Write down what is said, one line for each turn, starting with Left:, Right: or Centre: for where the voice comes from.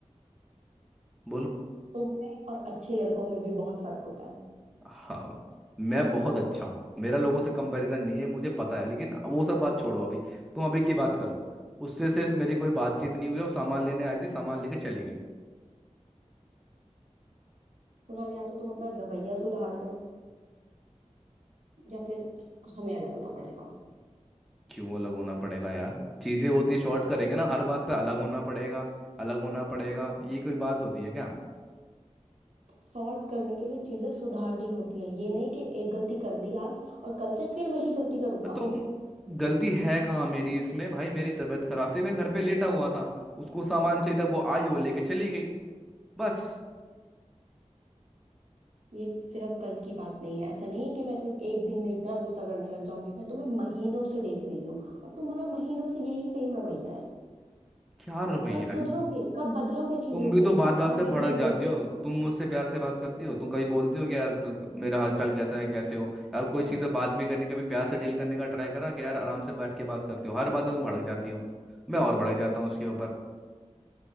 Centre: बोलो
Right: तुम में और अच्छे लड़कों में भी बहुत फर्क होता है
Centre: हाँ मैं बहुत अच्छा हूँ मेरा लोगों से कंपैरिजन नहीं है मुझे पता है लेकिन वो सब बात छोड़ो अभी तुम अभी की बात करो उससे सिर्फ मेरी कोई बातचीत नहीं हुई वो सामान लेने आई थी सामान लेके चली गई
Right: कुणाल या तो तुम अपना रवैया सुधार लो या फिर हमें अलग होना पड़ेगा
Centre: क्यों अलग होना पड़ेगा यार चीजें होती शॉर्ट करेंगे ना हर बात पे अलग होना पड़ेगा अलग होना पड़ेगा ये कोई बात होती है क्या
Right: सॉर्ट करने के लिए चीजें सुधारनी होती है ये नहीं कि एक गलती कर दी आज और कल से फिर वही गलती करूंगा
Centre: तो गलती है कहाँ मेरी इसमें भाई मेरी तबीयत खराब थी मैं घर पे लेटा हुआ था उसको सामान चाहिए था वो आई वो लेके चली गई बस
Right: ये सिर्फ कल की बात नहीं है ऐसा नहीं है कि मैं सिर्फ एक दिन में इतना गुस्सा करने लग जाऊंगी मैं तुम्हें महीनों से देख रही हूँ और तुम्हारा महीनों से यही सेम रवैया है
Centre: क्या रवैया
Right: कब सुधरोगे
Centre: है
Right: कब बदलोगे चीजों
Centre: तुम भी
Right: को
Centre: तो बात
Right: कब
Centre: बात
Right: काम
Centre: पे
Right: पे
Centre: भड़क
Right: ध्यान
Centre: जाती
Right: दोगे
Centre: हो तुम मुझसे प्यार से बात करती हो तुम कभी बोलती हो कि यार मेरा हालचाल कैसा है कैसे हो यार कोई चीज़ पे बात भी करने का भी प्यार से डील करने का ट्राई करा कि यार आराम से बैठ के बात करती हो हर बात में तुम भड़क जाती हो मैं और भड़क जाता हूँ उसके ऊपर